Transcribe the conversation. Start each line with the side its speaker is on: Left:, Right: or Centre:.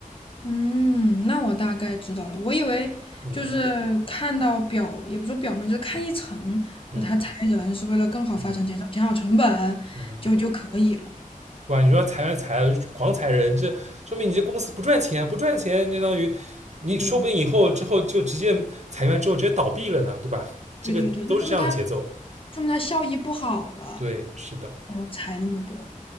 Left: 嗯，那我大概知道了。我以为就是看到表，
Right: 嗯嗯
Left: 也不说表面，就是看一层，
Right: 嗯
Left: 就他裁人是为了更好发展，
Right: 嗯
Left: 减少减少成本就就可以了。
Right: 嗯。哇，你说裁员裁了狂裁人，这说明你这公司不赚钱，不赚钱就相当于你说不定以后之后就直接裁员之后直接倒闭了呢，
Left: 对对
Right: 对吧？这个都是这样的节奏。
Left: 对对对，就说明他说明他效益不好了，
Right: 对，是的，
Left: 然后裁那么多。